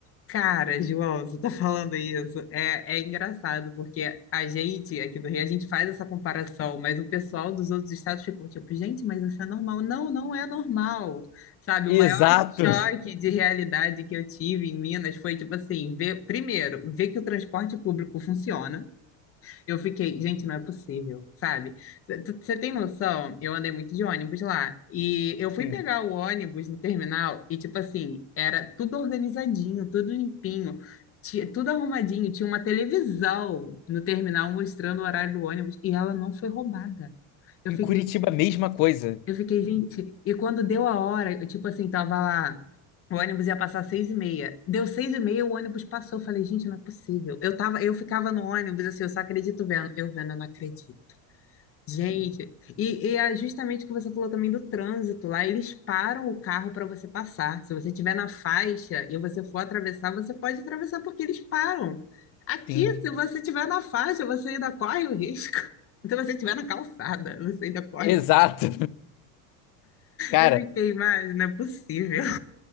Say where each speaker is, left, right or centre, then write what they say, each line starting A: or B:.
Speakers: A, on the left (about 30°); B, on the left (about 50°).
A: Cara, João, você tá falando isso. É, é engraçado, porque a gente aqui do Rio, a gente faz essa comparação, mas o pessoal dos outros estados ficou tipo, gente, mas isso é normal. Não, não é normal. Sabe,
B: Exato!
A: o maior choque de realidade que eu tive em Minas foi, tipo assim, ver, primeiro, ver que o transporte público funciona. Eu fiquei, gente, não é possível, sabe? Você tem noção? Eu andei muito de ônibus lá. E eu fui
B: Sim.
A: pegar o ônibus no terminal e, tipo assim, era tudo organizadinho, tudo limpinho, ti- tudo arrumadinho. Tinha uma televisão no terminal mostrando o horário do ônibus e ela não foi roubada. Eu
B: Em
A: fiquei
B: Curitiba, a mesma coisa.
A: eu fiquei, gente, e quando deu a hora, eu, tipo assim, tava lá, o ônibus ia passar seis e meia. Deu seis e meia, o ônibus passou. Eu falei, gente, não é possível. Eu tava, eu ficava no ônibus, assim, eu só acredito vendo. Eu vendo, eu não acredito. Gente, e, e é justamente o que você falou também do trânsito. Lá eles param o carro para você passar. Se você estiver na faixa e você for atravessar, você pode atravessar porque eles param. Aqui,
B: Sim.
A: se você estiver na faixa, você ainda corre o risco. <laughs> Se você estiver na calçada, você ainda corre
B: Exato! <laughs> Cara.
A: eu fiquei, mas não é possível.